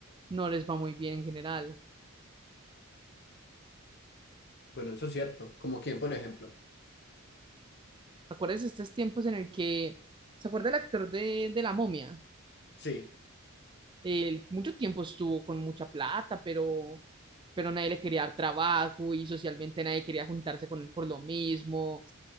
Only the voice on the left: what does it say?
Bueno, eso es cierto. Como quién, por ejemplo.
Sí.